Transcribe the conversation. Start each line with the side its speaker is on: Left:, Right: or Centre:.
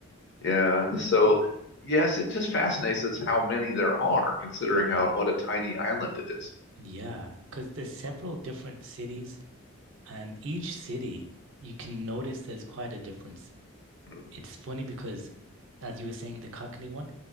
Left: Yeah. So,
Right: Yeah.
Left: yes, it just fascinates us
Right: Mm.
Left: how many there are, considering
Right: Oh, yeah.
Left: how what a tiny island it is.
Right: Yeah. Because there's several different cities, and each city, you can notice there's quite a difference.
Left: Mhm.
Right: It's funny because, as you were saying, the Cockney one,